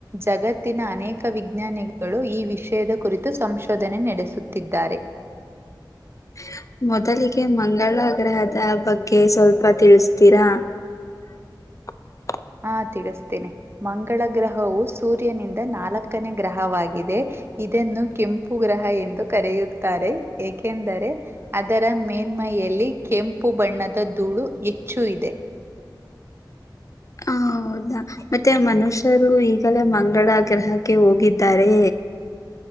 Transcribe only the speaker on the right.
ಜಗತ್ತಿನ ಅನೇಕ ವಿಜ್ಞಾನಿಗಳು ಈ ವಿಷಯದ ಕುರಿತು ಸಂಶೋಧನೆ ನಡೆಸುತ್ತಿದ್ದಾರೆ
ಹಾ ತಿಳಿಸ್ತೇನೆ ಮಂಗಳ ಗ್ರಹವು ಸೂರ್ಯನಿಂದ ನಾಲ್ಕನೇ ಗ್ರಹವಾಗಿದೆ ಇದನ್ನು ಕೆಂಪು ಗ್ರಹ ಎಂದು ಕರೆಯುತ್ತಾರೆಕೆ ಏಕೆಂದರೆ ಅದರ ಮೇನ್ಮಯಲ್ಲಿ ಕೆಂಪು ಬಣ್ಣದ ಧೂಳು ಹೆಚ್ಚು ಇದೆ